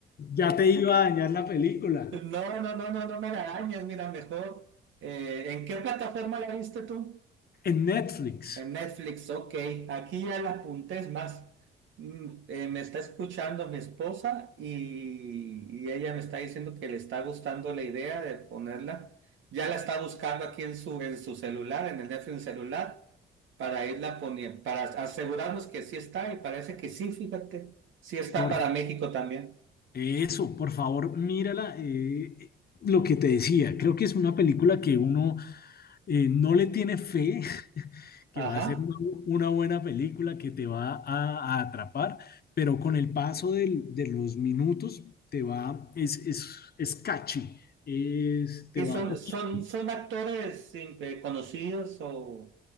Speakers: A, on the left; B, on the right.
A: Ya te iba a dañar la película.
B: No, no, no, no, no me la dañes, mira, mejor. eh, ¿en qué plataforma la viste tú?
A: En Netflix,
B: En Netflix, ok. Aquí ya la apunté, es más. mm, eh, me está escuchando mi esposa y, y ella me está diciendo que le está gustando la idea de ponerla. Ya la está buscando aquí en su, en su celular, en el Netflix celular, para irla poniendo, para asegurarnos que sí está y parece que sí, fíjate. Sí está
A: por
B: para México también.
A: eso, por favor, mírala. eh, lo que te decía, creo que es una película que uno eh, no le tiene fe, <laughs> que
B: Ajá.
A: va a ser una, una buena película, que te va a, a atrapar, pero con el paso del- de los minutos te va, es, es, es catchy, es, te
B: ¿Y
A: va
B: son,
A: cogiendo
B: son, son actores eh, conocidos o